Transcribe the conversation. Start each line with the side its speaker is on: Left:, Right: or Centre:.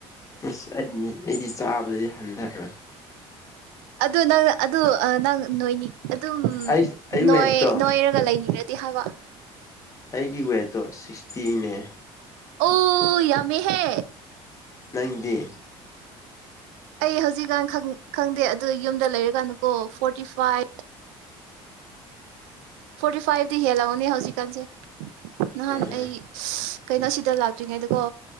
Left: ꯑꯁ ꯑꯩꯅꯦ ꯑꯩꯗꯤ ꯆꯥꯕꯗꯗꯤ ꯍꯟꯙꯔꯣꯏ
Right: ꯑꯗꯨ ꯅꯪ ꯑꯗꯨ ꯅꯪ ꯅꯣꯏ ꯑꯗꯨꯝ
Left: ꯑꯩ ꯑꯩ
Right: ꯅꯣꯢ
Left: ꯋꯦꯠꯇꯣ
Right: ꯅꯣꯏꯔꯒ ꯂꯩꯅꯤꯡ ꯇꯤ ꯍꯥꯏꯕ
Left: ꯑꯩꯒꯤ ꯋꯦꯠꯇꯣ ꯁꯤꯛꯁꯇꯤꯅꯦ
Right: ꯑꯣ ꯌꯥꯝꯃꯦꯍꯦ
Left: ꯅꯪꯗꯤ
Right: ꯑꯩ ꯍꯧꯖꯤꯛꯀꯥꯟ ꯈꯪꯗꯦ ꯑꯗꯨ ꯌꯨꯝꯗ ꯂꯩꯔꯀꯥꯟꯗꯀꯣ ꯐꯣꯔꯇꯤ ꯐꯥꯏꯚ ꯐꯣꯔꯇꯤ ꯐꯥꯏꯚꯇꯤ ꯍꯦꯜꯂꯝꯒꯅꯤ ꯍꯧꯖꯤꯛꯀꯥꯟꯁꯦ ꯅꯍꯥꯟ
Left: ꯎꯝ
Right: ꯑꯩ ꯀꯩꯅꯣ ꯁꯤꯗ ꯂꯥꯛꯇ꯭ꯔꯤꯉꯩꯗꯀꯣ